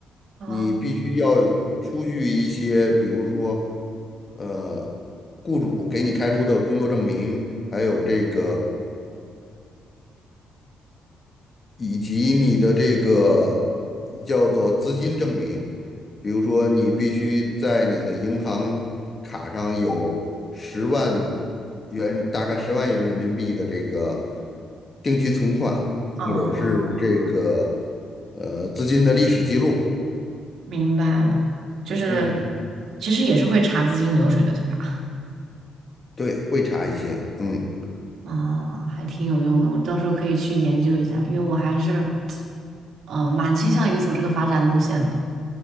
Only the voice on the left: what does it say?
你必须要出具一些，比如说，呃，雇主给你开出的工作证明，还有这个。以及你的这个叫做资金证明，比如说你必须在你的银行卡上有十万元，大概十万元人民币的这个定期存款，或者是这个
呃资金的历史记录。
嗯，
对，会查一些，嗯，